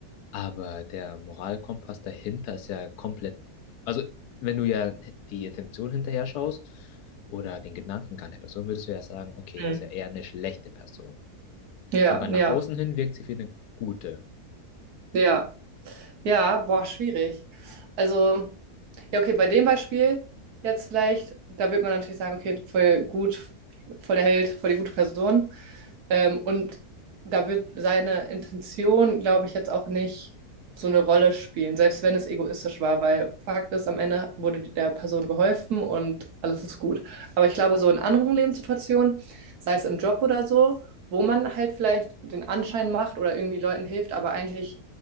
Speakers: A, on the left; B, on the right.
A: aber der Moralkompass dahinter ist ja komplett, also wenn du ja die Intention hinterher schaust oder den Gedankengang der Person, würdest du ja sagen, okay,
B: Mhm.
A: das ist ja eher eine schlechte Person.
B: Ja,
A: Aber nach
B: ja,
A: außen hin wirkt sie wie eine gute.
B: ja. Ja, boah, schwierig. Also. Ja, okay, bei dem Beispiel jetzt vielleicht, da wird man natürlich sagen, okay, voll gut, voll der Held, voll die gute Person. Ähm, und da wird seine Intention, glaube ich, jetzt auch nicht so eine Rolle spielen, selbst wenn es egoistisch war, weil Fakt ist, am Ende wurde der Person geholfen und alles ist gut. Aber ich glaube, so in anderen Lebenssituationen, sei es im Job oder so, wo man halt vielleicht den Anschein macht oder irgendwie Leuten hilft, aber eigentlich